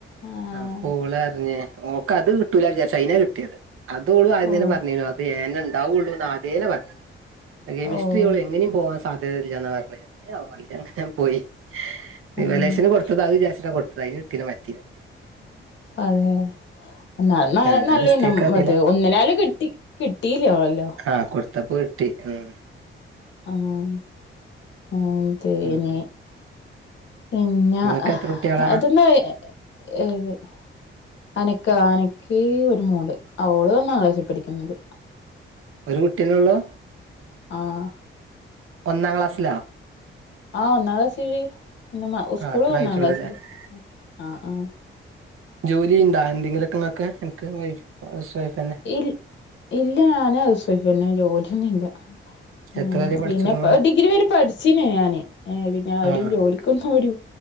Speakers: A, on the left; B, on the right.
A: ആഹ്
B: അപ്പോളറിഞ് ഓ ക്കത് കിട്ടൂല വിചാരിച്ച അയിനാ കിട്ടിയത് അത് ഓള് ആദ്യ
A: ഓഹ്
B: തന്നെ പറഞെനു അത് എ എന്നെ ണ്ടാവുള്ളൂന്ന് ആദ്യേനെ പറഞ്ഞ്ണ് കെമിസ്ട്രിയോള്
A: ഓഹ്
B: എങ്ങനെയും പോവാൻ സാധ്യതയില്ലാന്നാ പറഞ്ഞെ എന്തെ ആവോ അയില് അങ്ങനെ പോയി റിവാലേഷന്
A: ആഹ്
B: കൊടുത്തത് അത് വിചാരിച്ചിട്ടാ കൊടുത്തത് അയിന് കിട്ടീല മറ്റെന്
A: അതെ എന്ന
B: എന്താ
A: നല്ലതന്നെ
B: മിസ്റ്റേക്ക് അറിയില്ല
A: അത് ഒന്നിനാല് കിട്ടി കിട്ടിലോ ല്ലോ
B: ആഹ് കൊടുത്തപ്പ കിട്ടി ഉം
A: ആഹ് ആതെനി
B: ഉം
A: പിന്ന
B: നിങ്ങക്ക്
A: എഹ്
B: എത്ര കുട്ടികളാ
A: അതോന്ന് ഏത് അനക്കോ അനക്ക് ഒരു മോള് അവള് ഒന്നാം ക്ലാസ്സിൽ പഠിക്കുന്നത്
B: ഒരു കുട്ടിന്നൊള്ളോ
A: ആഹ്
B: ഒന്നാം ക്ലാസ്സില
A: ആഹ് ഒന്നാക്ലാസ്സില് ന്ന് മ സ്കൂള്ല്
B: ആ അത്ര
A: ഒന്നാക്ലാസ്സില്
B: ആയിട്ടുള്ളൂല്ലേ
A: ആഹ് ആഹ്
B: ജോലി ഇണ്ടാ എന്തെങ്കിലൊക്കെ നിങ്ങക്ക് എനിക് വൈഫ് ഹൌസ് വൈഫ്‌ന്
A: ഇൽ ഇല്ല ഞാന് ഹൌസ് വൈഫ്‌ തന്നെ ജോലിയൊന്നും ഇല്ല ഉം
B: എത്ര വരെ പഠിച്ച്ക്ക്ണു
A: പിന്നെ ഡിഗ്രി വരെ പഠിച്ചിന് ഞാന് ഏഹ് പിന്നെ
B: ആഹ്
A: ഒരു ജോലി ക്കൊന്നും ഒരു